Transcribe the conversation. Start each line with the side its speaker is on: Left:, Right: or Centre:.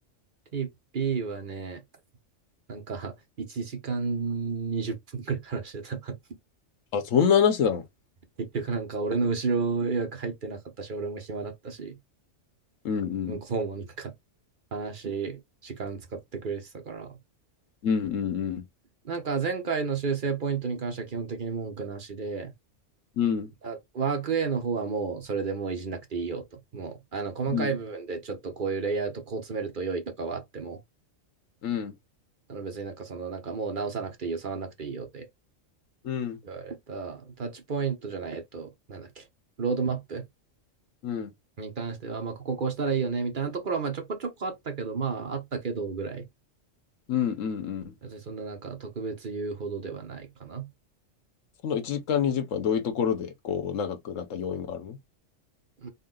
Right: テイピーはね、なんか1時間20分くらい話してた。<laughs>
Left: あ、そんな話なの
Right: 結局なんか俺の後ろ予約入ってなかったし、俺も暇だったし、
Left: うんうん。
Right: 向こうもなんか話、時間使ってくれてたから。
Left: うんうんうん。
Right: なんか前回の修正ポイントに関しては基本的に文句なしで、
Left: うん
Right: あワーク A の方はもうそれでもういじんなくていいよと。もう、あの、細かい部分でちょっとこういうレイアウトこう詰めると良いとかはあっても、
Left: うんうん。
Right: あの別になんかその、なんかもう直さなくていいよ、触らなくていいよって
Left: うん
Right: 言われた。タッチポイントじゃない、えっと、なんだっけ、ロードマップ
Left: うん
Right: に関しては、まあ、こここうしたらいいよね、みたいなところは、まあ、ちょこちょこあったけど、まあ、あったけどぐらい。
Left: うん。うん
Right: 別にそんななんか特別言うほどではないかな。
Left: その1時間20分はどういうところで、こう、長くなった要因があるの
Right: う